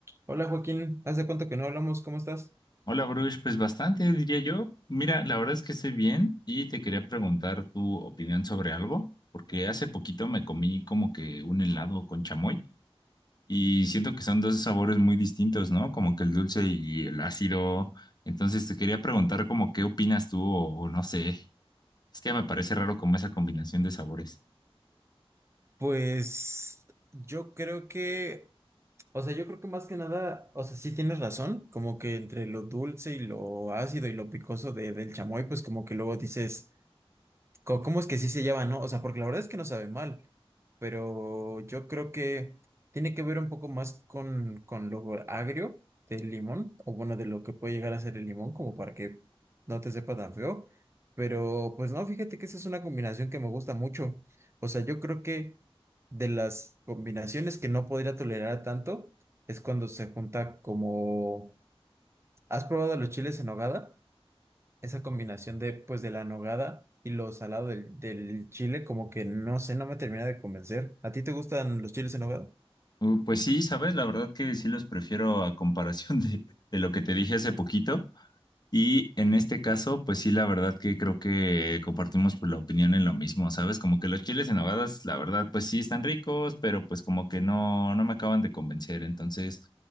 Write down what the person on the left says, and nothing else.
Hola, Bruce, pues bastante, diría yo. Mira, la verdad es que estoy bien y te quería preguntar tu opinión sobre algo, porque hace poquito me comí como que un helado con chamoy y siento que son dos sabores muy distintos, ¿no? Como que el dulce y el ácido. Entonces te quería preguntar como qué opinas tú o, o no sé. Es que me parece raro como esa combinación de sabores.
Uh, pues sí, sabes, la verdad que sí los prefiero a comparación <laughs> de, de lo que te dije hace poquito. Y en este caso, pues sí, la verdad que creo que compartimos pues, la opinión en lo mismo, ¿sabes? Como que los chiles en nogadas, la verdad, pues sí están ricos, pero pues como que no, no me acaban de convencer. Entonces,